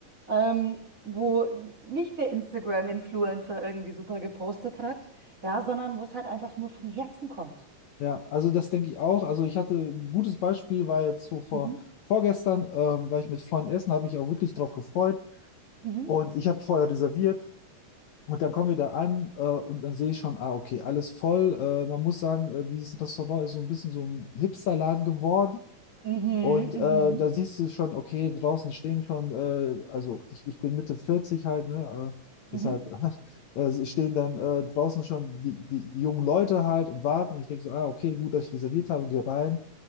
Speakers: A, on the right (about 30°); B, on the left (about 70°).
A: ähm, wo nicht der Instagram-Influencer irgendwie super gepostet hat, ja, sondern wo es halt einfach nur vom Herzen kommt.
B: ja, also das denke ich auch. Also ich hatte ein gutes Beispiel, war jetzt so vor
A: Mhm.
B: vorgestern, ähm, war ich mit Freunden essen, habe mich auch wirklich drauf gefreut
A: Mhm.
B: und ich habe vorher reserviert Und dann kommen wir da an äh, und dann sehe ich schon, ah, okay, alles voll. Äh, man muss sagen, äh, dieses Restaurant ist so ein bisschen so ein Hipsterladen geworden.
A: Mhm,
B: Und äh,
A: mhm,
B: da siehst du schon, okay, draußen stehen schon, äh, also ich, ich bin Mitte 40 halt, ne? Äh,
A: mhm,
B: deshalb
A: Mhm.
B: <laughs> äh, stehen dann äh, draußen schon die, die, die jungen Leute halt und warten. Und ich denke so, ah, okay, gut, dass ich reserviert habe, geh rein.